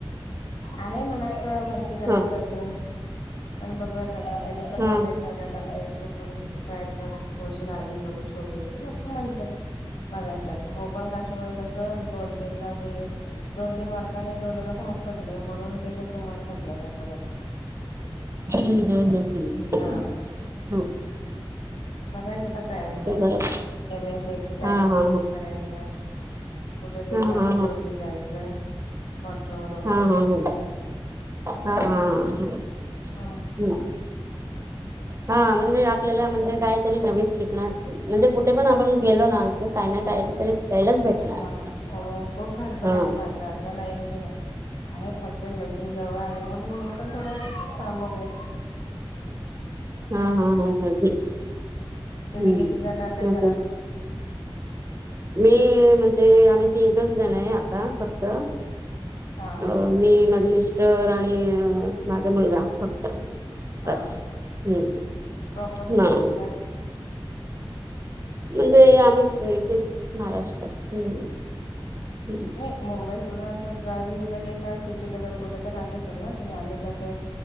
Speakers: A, on the left; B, on the right.
A: आहे मनातत भरती करायचं
B: ह
A: अजून. पण बघत आता त्यानी पण
B: ह
A: म्हणलय नवऱ्याकचा तो पण ट्राय कर थोडीशी आधी करून सोडली की असं म्हणत्यात. बघायचं आता हो पण काशामुळे कसं दोन तीन मी! दोन तीन मार्कांनी दोन वेळेला बाहेर पडले म्हणून ते कसं मन खाजल्यासारख्या झालंय.
B: हम्म हम् हम्म हम्
A: हा
B: हो,
A: बघायचं आता प्रायव्हेटमध्ये
B: ते बरोबर
A: M S C A T टाली
B: हा हा
A: बेस करायचं. कुठेेतरी
B: हा हा
A: कम्प्युटर
B: हा
A: वरती जायचं. कॉन्ट्रोवर वगैरे.
B: हम् हम् हम् हा हम हम हम्
A: हा
B: हम्, हा म्हणजे आपल्याला म्हणजे कायतरी नवीन शिकण म्हणजे कुठे पण आपण. गेलो ना कि काही ना काही तरी शिकायलाच भेटणार
A: हा हो खूप धडपड
B: हा!
A: आहे माझं असं नाही की नाही. आहे फक्त लग्न जवळ आले म्हणून मी पण थोड थांबवले.
B: हा हा हा हम् हम्
A: तुम्ही
B: हम्म
A: किती जण राहताय घरात?
B: म. मी म्हणजे, आम्ही तीघच जणंय, आता फक्त.
A: हा
B: अ मी, माझं मिस्टर आणि माझा मुलगा. फक्त.
A: हा
B: बस. हम्म.
A: प्रॉपर तुम्ही
B: म्हणून.
A: कुठल्यात?
B: म्हणजे आम्हीस, इथेस, महाराष्ट्रास. हम्. हम्.
A: नाही. मुंबई सोडून असं, गावी वगैरे का सिटीत, वगैरे कुठं तर राहत असेल ना तुम्ही? आम्ही कसं